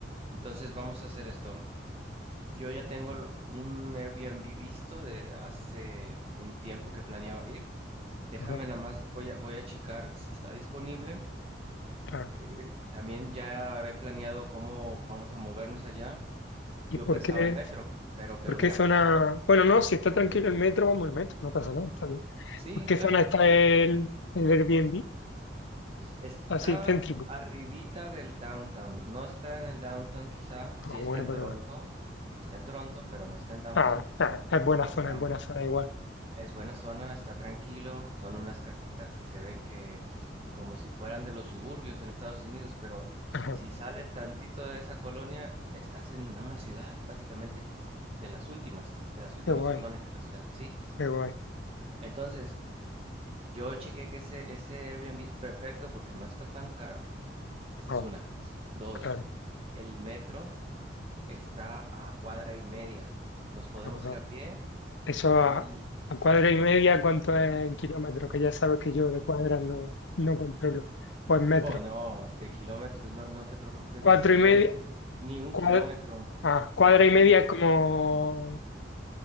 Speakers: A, on the right; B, on the left.
A: entonces vamos a hacer esto. Yo ya tengo l- un Airbnb visto de hace un tiempo que planeaba ir. Déjame
B: Ajá,
A: nada más, voy a, voy a checar si está disponible.
B: claro.
A: Eh, también ya he planeado cómo vamos a movernos allá.
B: ¿Y
A: Yo
B: por
A: pensaba
B: qué,
A: en metro, pero, pero
B: por qué
A: mira,
B: zona? Bueno, no, si está tranquilo el metro, vamos el metro, no pasa nada, está bien.
A: sí,
B: ¿Por qué
A: claro.
B: zona está el, el Airbnb?
A: Está
B: Así, céntrico.
A: arribita del downtown. No está en el downtown quizá. Sí
B: Ah,
A: está
B: bueno,
A: en
B: pero
A: Toronto. Sí está en Toronto, pero no está en downtown.
B: Ah, ah, es buena
A: Está,
B: zona, es buena zona igual.
A: es buena zona, está tranquilo. Son unas casitas que se ven que como si fueran de los suburbios en Estados Unidos, pero
B: Ajá,
A: si sales tantito de esa colonia, estás en una ciudad, básicamente, de las últimas, de las últimas
B: qué guay,
A: colonias de la ciudad, ¿sí?
B: qué guay.
A: Entonces, yo chequé que ese, ese Airbnb es perfecto porque no está tan caro. Esa
B: Ah,
A: es una. Dos,
B: claro.
A: el metro está a cuadra y media. Nos podemos
B: ajá.
A: ir a pie
B: Eso a,
A: y...
B: a cuadra
A: Ajá.
B: y media, ¿cuánto es en kilómetros? Que ya sabes que yo de cuadras no, no controlo. O en metros.
A: Oh, no, de kilómetros, no, no te preocupes,
B: Cuatro
A: ni siquiera
B: y media,
A: un- ni un
B: cuadra,
A: kilómetro.
B: ah, cuadra y media es como,